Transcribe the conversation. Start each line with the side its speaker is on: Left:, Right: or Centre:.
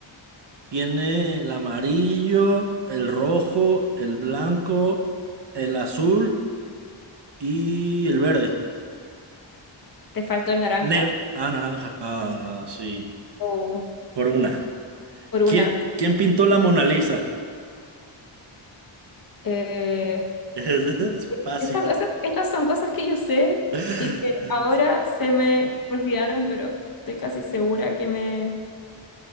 Right: Tiene el amarillo, el rojo, el blanco, el azul y el verde.
Left: Te faltó el naranja.
Right: Negro. Ah, naranja. Ah, sí.
Left: Oh,
Right: Por una.
Left: por
Right: ¿Quién,
Left: una.
Right: quién pintó la Mona Lisa? <laughs>
Left: Eh,
Right: Es,
Left: justo,
Right: es fácil.
Left: esta- esas- estas son cosas que yo sé
Right: <laughs>
Left: y que ahora se me olvidaron, pero estoy casi segura que me,